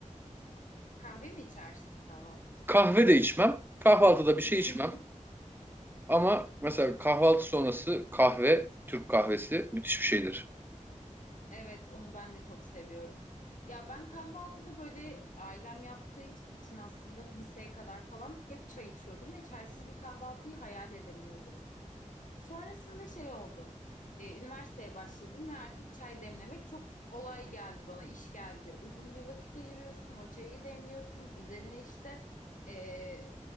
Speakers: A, on the left (about 80°); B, on the right (about 15°).
A: Kahve mi içersin kahvaltıda?
B: Kahve de içmem. Kahvaltıda bir şey
A: <laughs>
B: içmem. Ama mesela kahvaltı sonrası kahve, Türk kahvesi müthiş bir şeydir.
A: Evet, onu ben de çok seviyorum. Ya ben kahvaltıda böyle ailem yaptığı için aslında liseye kadar falan hep çay içiyordum ve çaysız bir kahvaltıyı hayal edemiyordum. Sonrasında şey oldu. Ee, üniversiteye başladım ve artık çay demlemek çok olay geldi bana, iş geldi. Uzun bir vakit ayırıyorsun, o çayı demliyorsun. Üzerine işte ee,